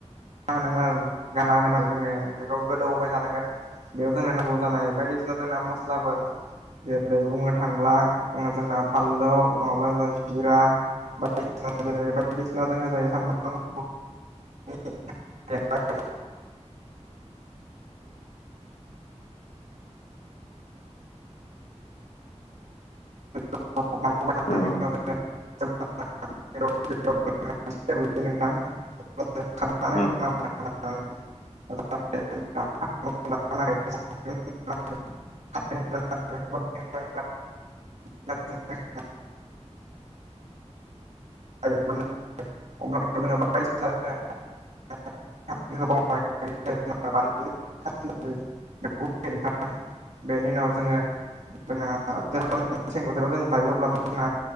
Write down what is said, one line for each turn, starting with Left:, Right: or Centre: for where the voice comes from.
Right: गाना होनांगोन आरो गारना होनानै जोङो बेखौ गोदौबाय थानांगोन बेयाव जोंनो नांगौ जानाय बायदिसिना जोंना मस्लाफोर जेरै बुंनो थांब्ला जोंना फाललौ नङाब्ला जों जिरा बा ओ बायदिसिना जेरै बायदिसिना जों जाय साम खौ <unintelligible> एरबाय <unintelligible>
Left: औ
Right: नोंथां <unintelligible>
Left: औ औ
Right: <unintelligible> <unintelligible> द <unintelligible> अब्ला जों बायदिसिना <unintelligible> <unintelligible> बेनि उनाव जोङो जोंआ <unintelligible>